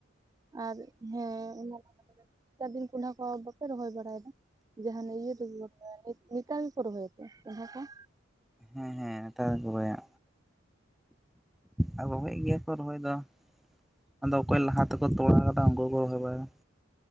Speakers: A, on the right; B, in the centre.
A: ᱟᱨ ᱦᱮᱸ ᱚᱱᱟ ᱠᱟᱛᱷᱟ ᱠᱟᱱ ᱜᱮ ᱱᱮᱛᱟᱨ ᱫᱤᱱ ᱠᱸᱰᱦᱟᱹ ᱠᱚ ᱵᱟᱯᱮ ᱨᱚᱦᱚᱭ ᱵᱟᱲᱟ ᱭᱮᱫᱟ? ᱡᱟᱦᱱᱟᱜ ᱤᱭᱟᱹ ᱱᱮᱛᱟᱨ ᱜᱮᱠᱚ ᱨᱚᱦᱚᱭ ᱛᱮ ᱠᱚ <unintelligible>
B: ᱦᱮᱸ ᱦᱮᱸ ᱱᱮᱛᱟᱨ ᱜᱮᱠᱚ ᱨᱚᱦᱚᱭᱟ᱾ ᱟᱨ ᱨᱚᱦᱚᱭᱮᱜ ᱜᱮᱭᱟ ᱠᱚ ᱨᱚᱦᱚᱭ ᱫᱚ᱾ ᱟᱫᱚ ᱚᱠᱚᱭ ᱞᱟᱦᱟ ᱛᱮᱠᱚ ᱛᱚᱲᱟ ᱟᱠᱟᱫᱟ᱾ ᱩᱱᱠᱩ ᱠᱚ ᱨᱚᱦᱚᱭ ᱵᱟᱟᱭᱟ᱾